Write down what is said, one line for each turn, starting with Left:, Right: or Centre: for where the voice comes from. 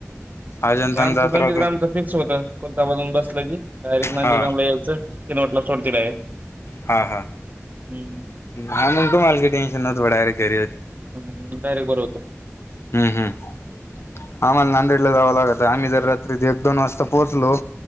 Left: अजंतान
Right: आमचं
Left: जात
Right: नंदीग्रामचं
Left: राहतो
Right: फिक्स होतं कोलतामधून बसलं की डायरेक्ट नंदीग्रामला
Left: हा
Right: यायचं कि <inaudible> सोडती डाय <inaudible>
Left: हा हा
Right: हम्म
Left: हा म्हणतो मला लय टेन्शन म्हणती मी डायरेक्ट घरी ये
Right: हम्म डायरेक्ट बरं होतं.
Left: हम्म हम्म आम्हाला नांदेडला जावा लागतंय आम्ही जर रात्री एक दोन वाजता पोहचलो